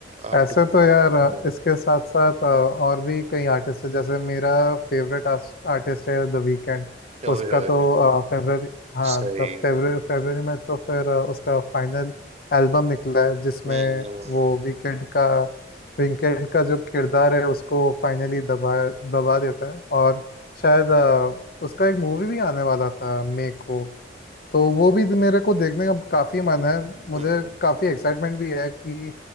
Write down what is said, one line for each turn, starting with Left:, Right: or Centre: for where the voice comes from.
Right: आर्टिक
Left: ऐसे
Right: ओए
Left: तो यार अ, इसके साथ साथ अ, और भी कई आर्टिस्ट है जैसे मेरा फेवरेट आर्टिस्ट है द वीकेंड
Right: ओए
Left: उसका तो फेब्रवरी हाँ
Right: सही
Left: तो फेब्रवरी फेब्रवरी में तो फिर अ, उसका फाइनल एल्बम निकला है जिसमें
Right: हम्म
Left: वो वीकेंड का वीकेंड का जो किरदार है उसको फाइनली दबा दबा देता है और शायद अ, उसका एक मूवी भी आने वाला था मे को तो वो भी तो मेरे को देखने का काफी मन है मुझे
Right: हम्म
Left: काफी एक्साइटमेंट भी है कि